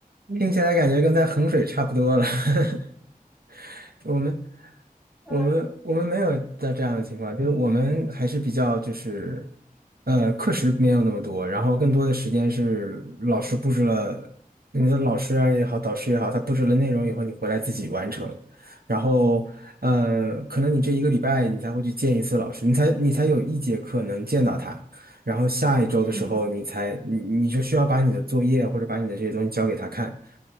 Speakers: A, on the right; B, in the centre.
A: 听起来感觉跟在衡水差不多了。<laughs> 我们
B: <laughs>
A: 我们我们没有的这样的情况，就是我们还是比较就是，呃，课时没有那么多，然后更多的时间是老师布置了，你的老师啊也好，导师也好，他布置了内容以后，你回来自己完成，然后，呃，可能你这一个礼拜你才会去见一次老师，你才你才有一节课能见到他，然后下一周的时候你才你你就需要把你的作业或者把你的这些东西交给他看。
B: 嗯嗯